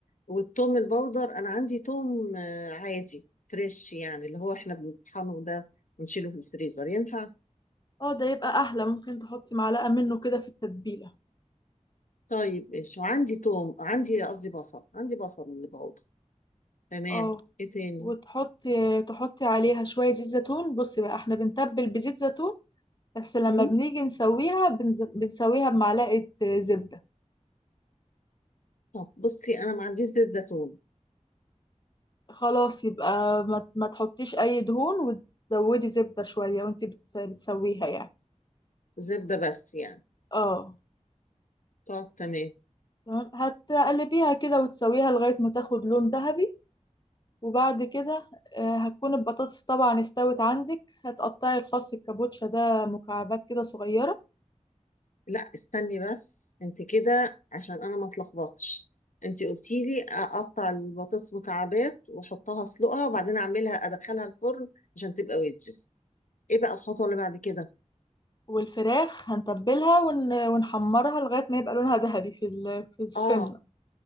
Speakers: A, on the left (about 85°); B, on the left (about 35°).
A: والثوم البودر أنا عندي ثوم آه، عادي فريش يعني اللي هو احنا بنطحنه ده ونشيله في الفريزر ينفع؟
B: اه ده يبقى احلى ممكن تحطي معلقة منه كده في التتبيلة
A: طيب ايش وعندي ثوم عندي قصدي بصل عندي بصل بودر تمام
B: اه
A: ايه تاني؟
B: وتحطي تحطي عليها شوية زيت زيتون بصي بقى احنا بنتبل بزيت زيتون بس لما
A: مم؟
B: بنيجي نسويها بنز... بنسويها بمعلقة زبدة
A: طب بصي أنا ما عنديش زيت زيتون
B: خلاص يبقى ما, ما تحطيش اي دهون وتزودي زبدة شوية وانت بتس- بتسويها يعني
A: زبدة بس يعني
B: اه
A: طب تمام
B: تمام هتقلبيها كده وتسويها لغاية ما تاخد لون ذهبي وبعد كده آه، هتكون البطاطس طبعا استوت عندك هتقطعي الخس الكابوتشا ده مكعبات كده صغيرة
A: لا استني بس انت كده عشان انا ما اتلخبطش انت قلتي لي اقطع البطاطس مكعبات واحطها اسلقها وبعدين اعملها ادخلها الفرن عشان تبقى ويدجز ايه بقى الخطوه اللي بعد كده
B: والفراخ هنتبلها ون- ونحمرها لغاية ما يبقى لونها ذهبي في ال- في السمنة
A: اه